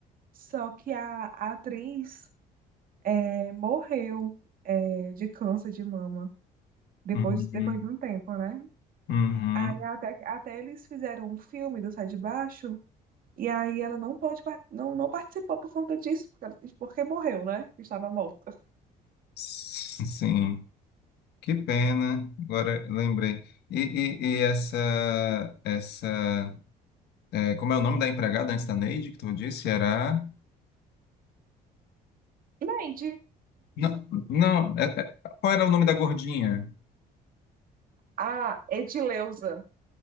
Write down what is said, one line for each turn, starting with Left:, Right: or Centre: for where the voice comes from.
Right: Só que a, a atriz é, morreu é, de câncer de mama depois,
Left: uhum,
Right: depois de um tempo, né?
Left: uhum,
Right: Aí até, até eles fizeram um filme do Sai de Baixo, e aí ela não pode, par- não, não participou por conta disso, porque, ela- porque morreu, né? Estava morta.
Left: s- sim, que pena. Agora lembrei. E, e, e essa, essa, é, como é o nome da empregada antes da Neide que tu disse? Era?
Right: Neide.
Left: Não, não, é- é- qual era o nome da gordinha?
Right: A Edileuza.